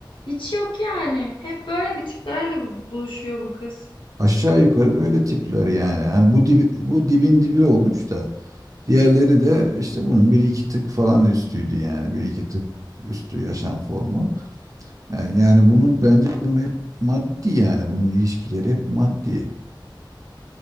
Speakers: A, on the left; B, on the right.
A: Hiç yok yani. Hep böyle bir tiplerle bu- buluşuyor bu kız.
B: aşağı yukarı böyle tipler yani. hani bu dibi, bu dibin dibi olmuş da diğerleri de işte bunun bir iki tık falan üstüydü yani bir iki tık üstü yaşam formu. Yani, yani bunun bence bunun hep maddi yani bunun ilişkileri hep maddi.